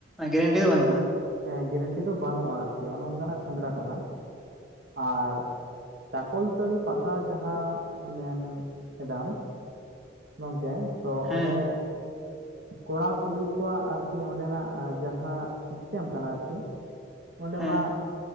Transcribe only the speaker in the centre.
ᱜᱮᱨᱮᱱᱴᱤ ᱫᱚ ᱵᱟᱹᱱᱩᱜᱼᱟ
ᱦᱮᱸ
ᱦᱮᱸ ᱦᱮᱸ